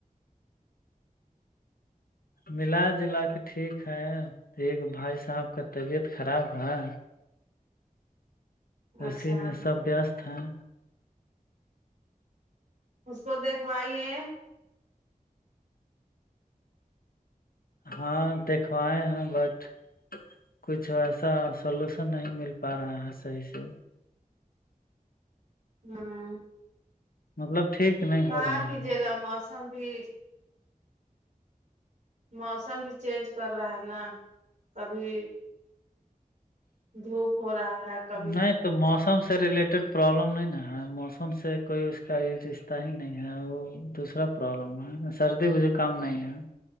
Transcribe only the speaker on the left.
ملا جلا کے ٹھیک ہے ایک بھائی صاحب کا طبیعت خراب ہے اسی
میں سب بیست ہیں
ہاں دکھوائے ہیں بٹ کچھ ایسا سولوشن نہیں مل پا رہا ہے صحیح سے
مطلب ٹھیک نہیں
ہو رہا
ہے
نہیں تو موسم سے ریلیٹڈ پرابلم نہیں نا ہے موسم سے کوئی اس کا رشتہ ہی نہیں ہے وہ دوسرا پرابلم ہے سردی مجھے کم نہیں ہے